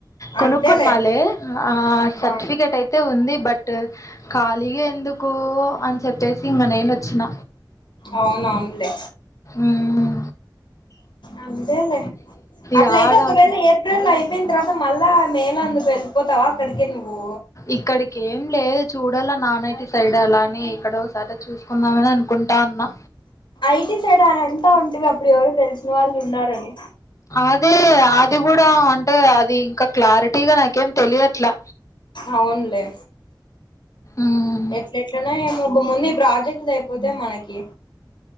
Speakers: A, on the left; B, on the left.
A: కొనుక్కున్నాలె
B: అంతేలే
A: ఆ సర్టిఫికెట్
B: ఆ
A: అయితే ఉంది బట్ ఖాళీగా ఎందుకు అని చెప్పేసి ఇంగ నేను వచ్చిన
B: అవునవునులే
A: మ్మ్
B: అంతెలే అట్ల
A: యాడ
B: అయితే ఒక వెేళ ఎ ఏప్రిల్ అయిపోయిన తర్వాత మళ్ళా మే లా నువ్వు వెళ్ళిపోతావా అక్కడికే నువ్వు
A: ఇక్కడికి ఏం లేదు చూడల్ల నానైటి సైడ్ అలా అని ఎక్కడో ఒకడ చూసుకుందామని అనుకుంటాన్న
B: ఐటీ సైడ్ అంటా ఉంటివి అప్పుడు ఎవరు తెలిసిన వాళ్ళు ఉన్నారని
A: అదే అది కూడా అంటే అది ఇంకా క్లారిటీగా నాకేం తెలియట్లా
B: అవునులే
A: మ్మ్
B: ఎట్ల ఎట్లనే ఏమో బు ముందు ఈ ప్రాజెక్ట్ ది అయిపోతేమనకి